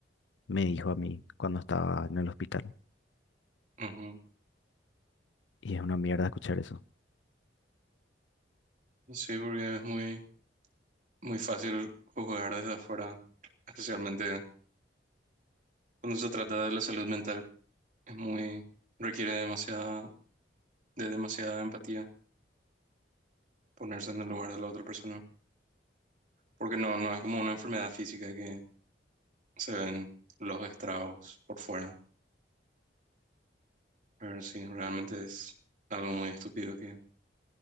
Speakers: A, on the left (about 85°); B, on the right (about 45°).
A: me dijo a mí cuando estaba en el hospital.
B: Ujú.
A: Y es una mierda escuchar eso.
B: Sí, porque es muy, muy fácil juzgar desde afuera, especialmente. Cuando se trata de la salud mental, es muy, requiere demasiada, de demasiada empatía ponerse en el lugar de la otra persona. Porque no, no es como una enfermedad física que se ven los estragos por fuera. Pero sí, realmente es algo muy estúpido que,